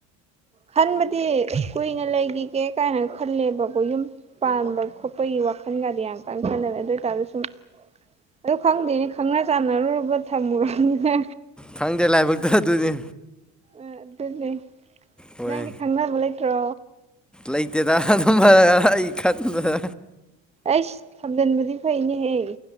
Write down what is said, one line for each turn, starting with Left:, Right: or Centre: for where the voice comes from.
Right: ꯈꯟꯕꯗꯤ ꯀꯨꯏꯅ ꯂꯩꯈꯤꯒꯦ ꯀꯥꯏꯅ ꯈꯜꯂꯦꯕꯀꯣ ꯌꯨꯝ ꯄꯥꯟꯕ ꯈꯣꯠꯄ ꯋꯥꯈꯜꯒꯗꯤ ꯌꯥꯝ ꯀꯟꯅ ꯈꯜꯟꯅꯔꯦ ꯑꯗꯨ ꯑꯣꯏꯇꯥꯔꯗꯤꯁꯨ ꯁꯨꯝ ꯑꯗꯨ ꯈꯪꯗꯦꯅꯤ ꯈꯪꯅ ꯆꯥꯟꯅꯔꯨꯔꯕ ꯊꯝꯃꯨꯔꯕꯅꯤꯅ
Centre: ꯈꯪꯗꯦ ꯂꯥꯏꯕꯛꯇꯣ ꯑꯗꯨꯗꯤ
Right: ꯑ ꯑꯗꯨꯅꯦ
Centre: ꯍꯣꯏ
Right: ꯅꯪꯗꯤ ꯈꯪꯅꯕ ꯂꯩꯇ꯭ꯔꯣ
Centre: ꯂꯩꯇꯦꯗ ꯑꯗꯨꯝꯕ ꯑꯩ ꯀꯥꯟꯗ
Right: ꯑꯩꯁ ꯊꯝꯖꯤꯟꯕꯗꯤ ꯐꯩꯅꯦ ꯍꯌꯦꯡ